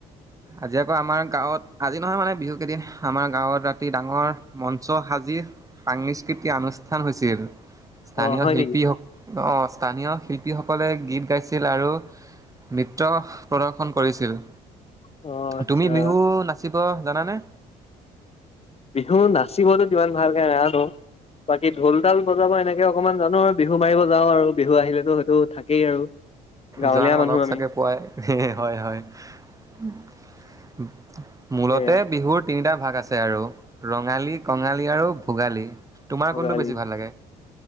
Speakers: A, on the right; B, on the left.
A: আজি আকৌ আমাৰ গাঁৱত আজি নহয় মানে বিহু কেইদিন আমাৰ গাঁৱত ৰাতি ডাঙৰ মঞ্চ সাজি সাস্কৃতিক অনুষ্ঠান হৈছিল স্থানীয়
B: অ' হয়
A: শিল্পী
B: নেকি?
A: হওক অ স্থানীয় শিল্পীসকলে গীত গাইছিল আৰু নৃত্য প্ৰদৰ্শন কৰিছিল
B: অ' আচ্ছা।
A: তুমি বিহু নাচ শিৱ জানানে
B: বিহু নাচিবতো কিমান ভালকাই নাজানো বাকী ঢোল তাল বজাব এনেকে অকমান জানো আৰু বিহু মাৰিব যাওঁ আৰু বিহু আহিলেতো হয়তো থাকেই আৰু গাঁৱলীয়া
A: যোৱা না
B: মানুহ
A: লগ
B: আমি।
A: চাগে পোৱাই হয় হয় উ উম মূলতে
B: কে
A: বিহুৰ তিনিটা ভাগ আছে আৰু ৰঙালী কঙালী আৰু ভোগালী। তোমাৰ
B: ভোগালী
A: কোনটো বেছি ভাল লাগে?